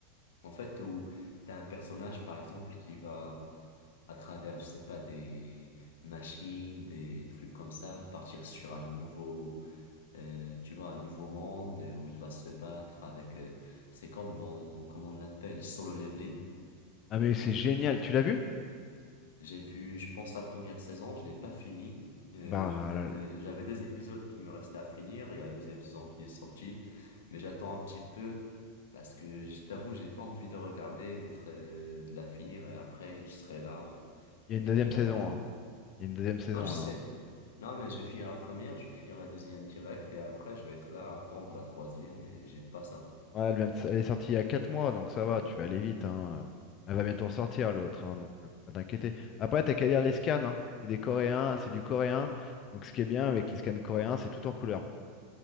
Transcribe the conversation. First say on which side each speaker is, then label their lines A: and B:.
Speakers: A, on the left; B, on the left.
A: En fait, où t'as un personnage, par exemple, qui va, à travers, je sais pas, des machines, des trucs comme ça, partir sur un nouveau, euh, tu vois, un nouveau monde euh, où il va se battre avec, euh, c'est comme dans, comment on l'appelle, solo leveling.
B: Ah, mais c'est génial. Tu l'as vu?
A: J'ai vu, je pense, la première saison, je l'ai pas finie. Euh,
B: Bah, ah
A: j'avais des épisodes qui me restaient à finir. Il y a la deuxième saison qui est sortie. Mais j'attends un petit peu parce que je t'avoue, j'ai pas envie de regarder, et d'être, euh, de la finir et après, je serai là en-
B: il y a une
A: et
B: deuxième
A: je vais
B: saison,
A: attendre.
B: hein. Il y a une deuxième saison
A: Non, je sais.
B: là. hein.
A: Non, mais je vais finir la première, je vais finir la deuxième direct et après, je vais être là à attendre la troisième et j'aime pas ça.
B: Ouais, elle vient de s- elle est sortie il y a 4 mois, donc ça va, tu vas aller vite, hein. Elle va bientôt sortir l'autre, hein, donc euh, faut pas t'inquiéter. Après, t'as qu'à lire les scans, hein. C'est des Coréens, c'est du coréen. Donc ce qui est bien avec les scans coréens, c'est tout en couleur.